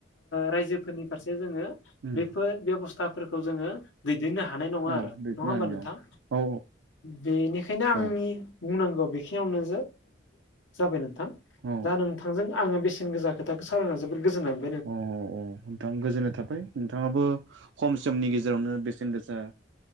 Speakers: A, on the left; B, on the right.
A: रायजोफोरनि फारसे जोंङो
B: उम
A: बेफोर बेबस्थाफोरखौ जोंङो दैदेननो हानाय नङा
B: औ
A: आरो
B: बेखिनियानो
A: नङा होमबा नोंथां
B: औ
A: बेनिखायनो आंनि
B: औ
A: बुंनांगौ बेखिनियावनो जाबाय नोंथां
B: औ
A: दा नोंथांजों आङो बेसेन गोजा खो था सावरायना जोबोर गोजोनबाय।
B: अ औ नोंथां गोजोननाय थाबाय नोंथाङाबो खम समनि गेजेरावनो बेसेन गोसा